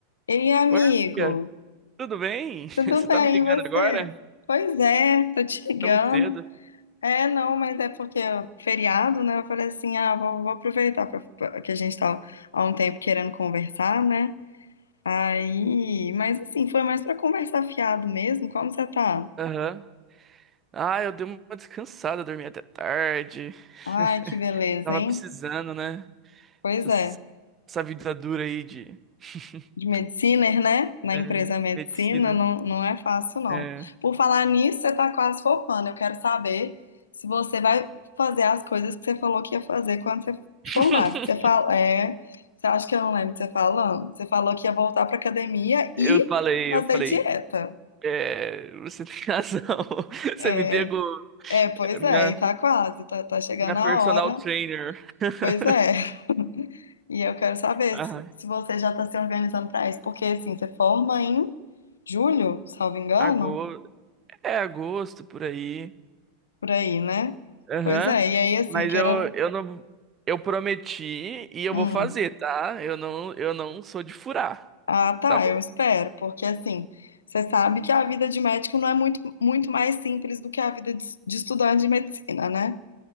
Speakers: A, on the left; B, on the right.
A: Ei, amigo,
B: Oi, amiga. Tudo bem? <laughs>
A: tudo
B: Você
A: bem,
B: tá me ligando
A: e você?
B: agora?
A: Pois é, tô te ligando.
B: Tão cedo.
A: É, não, mas é porque é feriado, né? Eu falei assim, ah, vou, vou aproveitar pra, pra- que a gente tá há um tempo querendo conversar, né? Aí, mas assim, foi mais pra conversar fiado mesmo. Como você tá?
B: Aham. Ah, eu dei uma descansada, dormi até tarde.
A: Ai,
B: <laughs>
A: que beleza,
B: Tava
A: hein?
B: precisando, né?
A: Pois
B: Essas-
A: é.
B: Essa, vida dura aí de <laughs>
A: de medicina, né? Na
B: é,
A: empresa medicina,
B: medicina.
A: não, não é fácil, não.
B: É.
A: Por falar nisso, você tá quase formando. Eu quero saber se você vai fazer as coisas que você falou que ia fazer quando você
B: <laughs>
A: formasse. Você fala, é, você acha que eu não lembro de você tá falando? Você falou que ia voltar pra academia
B: Eu
A: e
B: falei,
A: fazer
B: eu falei,
A: dieta.
B: é, você tem razão. <laughs> Você
A: É,
B: me pegou,
A: é, pois
B: é, minha,
A: é, e tá quase, tá, tá chegando
B: minha personal
A: a hora.
B: trainer. <laughs>
A: Pois é. <laughs> E eu quero saber
B: Ah,
A: se, se você já está se organizando para isso, porque assim, você forma em julho, salvo engano?
B: agosto, é agosto por aí.
A: Por aí, né?
B: Aham.
A: Pois é, e aí assim,
B: Mas
A: que
B: eu,
A: era.
B: eu não. Eu prometi e eu
A: Hum.
B: vou fazer, tá? Eu não, eu não sou de furar,
A: Ah, tá,
B: tá bom?
A: eu espero, porque assim, você sabe que a vida de médico não é muito, muito mais simples do que a vida de, de estudante de medicina, né?